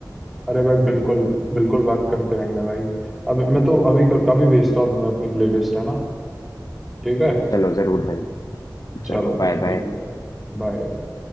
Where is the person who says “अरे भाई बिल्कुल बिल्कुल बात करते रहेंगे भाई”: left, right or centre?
Centre